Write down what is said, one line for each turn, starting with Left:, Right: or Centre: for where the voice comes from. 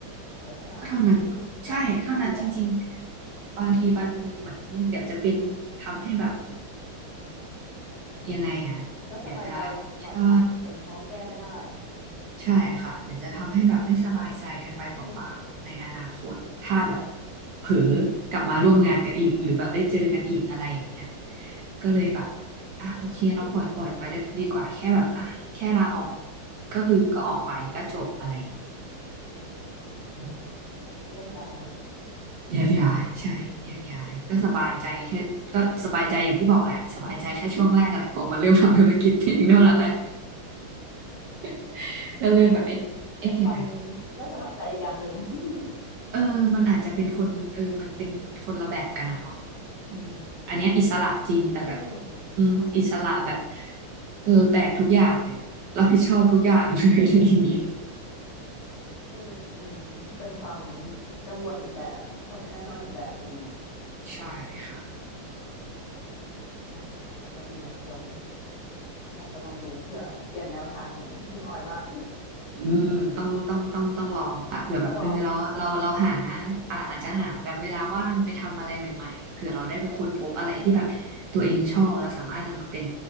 Left: แต่เท่านั้นอืมค่ะดีแล้ว
Right: ก็เท่านั้นเนาะใช่เท่านั้นจริงๆบางทีมันเหมือนเดี๋ยวจะเป็นทำให้แบบยังไงอ่ะเดี๋ยวจะ
Left: ไม่สบายใจกันแบบปากบางคนเขาก็แก้ไม่ได้
Right: ใช่ ใช่ค่ะเดี๋ยวจะทำให้แบบไม่สบายใจกันไปเปล่าๆในอนาคตถ้าแบบ
Left: อืม
Right: เผลอ
Left: อืม
Right: กลับมาร่วมงานกันอีกหรือแบบได้เจอกันอีกอะไรอย่างเงี้ย
Left: อืม
Right: ก็เลยแบบอ่ะโอเคเราปล่อยปล่อยไปเลยดีกว่าแค่แบบอ่ะแค่ลาออก
Left: อืม
Right: ก็คือก็ออกไปก็จบอะไรอย่างงี้อืม
Left: แยกย้าย
Right: แยกย้ายใช่แยกย้ายก็สบายใจแค่ก็สบายใจอย่างที่บอกแหละสบายใจแค่ช่วงแรกแหละพอมาเริ่มทำธุรกิจเองเท่านั้นแหละ
Left: จริงค่ะ
Right: <laughs> ก็เริ่มแบบเอ๊ะเอ๊ะยังไง
Left: อืมเป็นความไม่สบายใจอีกอย่างหนึ่ง <laughs>
Right: เออมันอาจจะเป็นคนเออมันเป็นคนละแบบกันนะเนาะอืมอันเนี้ยอิสระจริงแต่แบบ
Left: อืม
Right: อืมอิสระแบบ
Left: ใช่
Right: เออแบกทุกอย่างเลยอะรับผิดชอบทุกอย่างเลย
Left: อืมอืมเป็นความ
Right: <laughs> อืม
Left: กังวลอีกแบบความไม่แน่นอนอีกแบบอะไรอย่างนี้เนาะ
Right: ใช่ค่ะ
Left: ใช่ค่ะแต่ก็ดีแหละเดี๋ยวอาจจะลองดูเผื่อเปลี่ยนแนวทางเหมือนคุณออยบ้าง
Right: อืมต้องต้องต้องต้องลองค่ะเผื่อแบบเออเราเราเราหา
Left: <laughs> ต้องลอง
Right: อ่าอาจจะหาแบบเวลาว่างไปทำอะไรใหม่ๆเผื่อเราได้ไปค้นพบอะไรที่แบบตัวเองชอบแล้วสามารถนำมาเป็น
Left: อืม